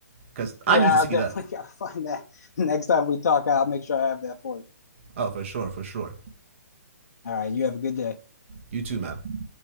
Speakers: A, on the right; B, on the left.
A: because
B: Yeah,
A: I need to see
B: I definitely
A: that.
B: <laughs> gotta find that <laughs> next time we talk. I'll make sure I have that for you.
A: Oh, for sure, for sure.
B: All right, you have a good day.
A: You too, man.